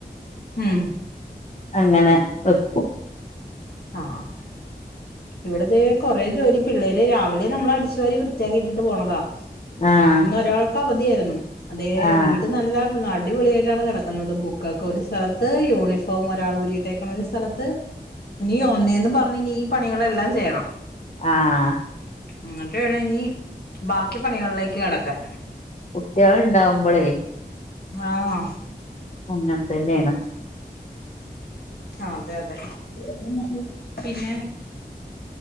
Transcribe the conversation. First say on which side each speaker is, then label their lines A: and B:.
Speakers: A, on the left; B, on the left.
A: ഉം.
B: അങ്ങനെ വെക്കും
A: ആഹ് ഇവട ദേ കൊറേ ജോലി പിള്ളേര് രാവിലെ നമ്മള് അടിച്ചു വാരി വൃത്തിയാക്കി ഇട്ടിട്ട് പോണതാ
B: ആഹ്
A: ഇന്ന് ഒരാൾ ക്കവധിയാര്ന്നും അതേ
B: ആഹ്
A: വീട് നല്ല അടിപൊളി ആയിട്ടാണ് കെടക്കുന്നത് ബുക്കൊക്കെ ഒരു സ്ഥലത്ത് യൂണി ഫോം ഒരാൾ ഊരിയിട്ടേക്ണ് ഒരു സ്ഥലത്ത്. ഇനി ഒന്നേന്ന് പറഞ് ഇനി ഈ പണികളെല്ലാം ചെയ്യണം.
B: ആഹ്.
A: ഇന്നട്ട് വേണം ഇനി ബാക്കി പണികളിലേക്ക് കടക്കാൻ.
B: കുട്ടിയേൾ ഉണ്ടാവുമ്പളേ.
A: ആഹ്.
B: അങ്ങൻത്തന്നേണ്.
A: അതെ അതെ
B: പിന്ന
A: പിന്നെ